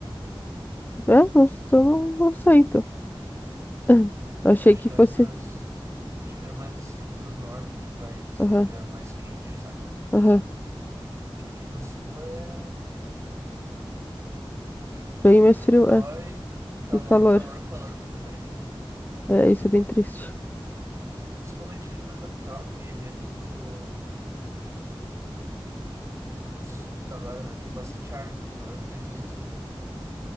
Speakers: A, on the left (about 20°); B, on the right (about 30°).
A: É, não, s- eu não, não sei, então. <laughs>
B: Mas
A: Achei
B: acho
A: que
B: que
A: fosse.
B: era pras. Acho que era mais assim pro norte do país, assim,
A: Aham,
B: onde era mais quente, sabe?
A: aham.
B: É que aqui no sul é frio, frio,
A: Bem mais
B: frio
A: frio,
B: que dói,
A: é.
B: e calor,
A: E calor.
B: calor, calor que dói.
A: É, isso é bem triste.
B: <laughs> Principalmente ali na capital, que é tudo. Tudo s- agora, né? Tem bastante árvore, mas agora tem muito,